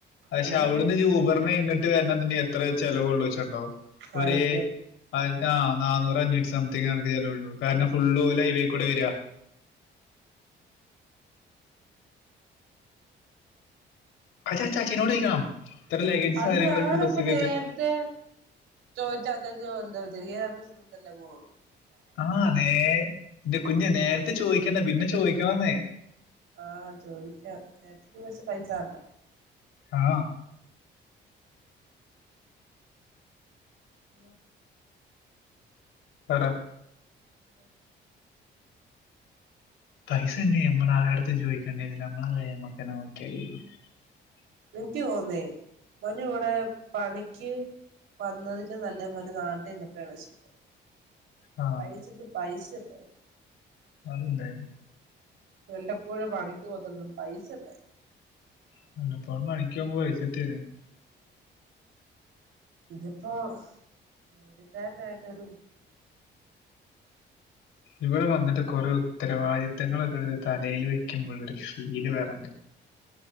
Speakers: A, on the left; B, on the right.
A: പക്ഷെ
B: എനിക്ക്
A: അവിടുന്ന്
B: പിന്നെ
A: ജൂബറിന് വേണ്ടീട്ടു തന്നെ എത്ര ചെിലവ ഉള്ളു വെച്ചുണ്ടാവും.
B: നാനൂറ്റിയാ
A: ഒരേ അ ആ നന്നൂറ അഞ്ഞൂറ്റ സംതിങ് ആണ കയ്യിലുള്ളൂ കാരണം ഫുള്ള് പോലെ ഇതേ കൂടെ വരിക അച്ചാ ചാച്ചീനോട് ചോദിക്കണം ഇത്ര ലഗേജ്
B: അത്
A: സാധനങ്ങളൊക്കെ
B: ഞാനപ്പം
A: ബസ് കയറ്റാൻ
B: നേരത്തെ ചോദിച്ചാ അച്ചാച്ചനോ എന്തോ ചെറിയ രണ്ട് ദിവസം നിന്നിട്ടല്ലേ പോണൊള്ളു
A: ആഹ് ന്നേ എന്റെ കുഞ്ഞ് നേര് പിന്നെ ചോദിക്കണ്ട പിന്നെ ചോയിക്കാന്നെ
B: ആഹ് ചോദിക്കാ നേരത്തെ നീ വെച്ച പൈസ തരണം.
A: ആ
B: പിന്ന
A: പറ
B: അത
A: <inaudible>
B: <inaudible> <unintelligible> <inaudible> <inaudible>
A: ആ <inaudible>
B: <inaudible>
A: <inaudible>
B: ഇതിപ്പോ ഒരു ജോലിക്കാരൻ ആയിട്ട് ഒരു <inaudible>
A: ഇവിടെ വന്നിട്ട് കുറെ ഉത്തരവാദിത്തങ്ങൾ എടുത്ത് തലയിൽ വെക്കുമ്പോൾ ഒരു ഫീൽ വേറെ ഇണ്ട്